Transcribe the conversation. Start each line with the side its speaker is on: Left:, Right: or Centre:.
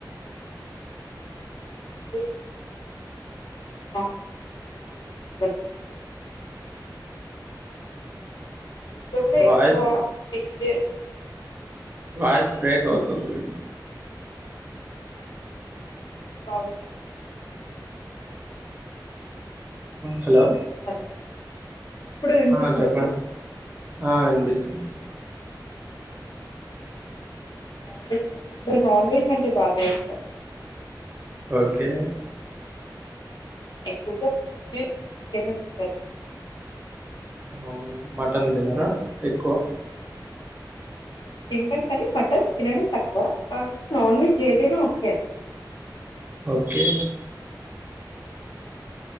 Left: నాన్ వెజ్ అంటే బాగా ఇష్టం నాన్ వెజ్ ఎక్కువగా లైక్ చేస్తా నాన్ వెజ్ లో కూడా
Right: వాయిస్
Left: ఎక్కువ ఫిష్ లే
Right: వాయిస్ బ్రేక్ అవుతుంది
Left: హలో పవర్
Right: హలో
Left: హలో ఇప్పుడు వినిపిస్తుందా
Right: ఆ చెప్పండి ఆ వినిపిస్తుంది
Left: గ్యాప్ ఇచ్చి ఫుడ్ లో నాన్ వెజ్ అంటే బాగా ఇష్టం
Right: ఓకే
Left: ఎక్కువగా ఫిష్ చికెన్ ప్రిఫర్ చేస్తాం అనమాట
Right: అవునా మటన్ తినారా ఎక్కువ
Left: తింటం కానీ మటన్ తినడం తక్కువ అంటే నాన్ వెజ్ ఏదైనా ఓకే
Right: ఓకే